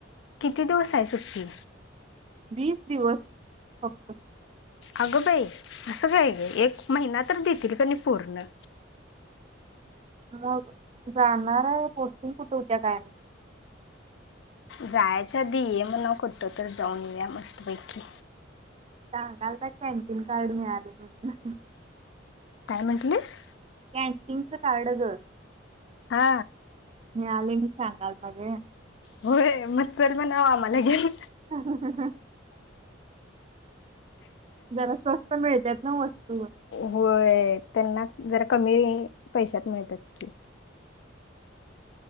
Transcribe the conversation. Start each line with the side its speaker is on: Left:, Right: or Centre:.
Left: किती दिवस आहे सुट्टी
Right: वीस दिवस फक्त
Left: अगं बाई असं काय ग एक महिना तर देतील का नाही पूर्ण
Right: मग जाणार आहे पोस्टिंग कुठे होत्या काय
Left: जायच्याधी ये म्हणावं कुठ तर जाऊन येऊया मस्तपैकी
Right: सांगालता कॅन्टीन कार्ड मिळाले म्हणून
Left: काय म्हंटलीस
Right: कॅन्टीन च कार्ड गं
Left: हा
Right: मी आले म्हणून सांगलता गं
Left: होय मग चल म्हणावं आम्हाला घेऊन
Right: हा हा हा हा जरा स्वस्त मिळत्यात ना वस्तू
Left: होय त्यांना जरा कमी पैशात मिळत्यात की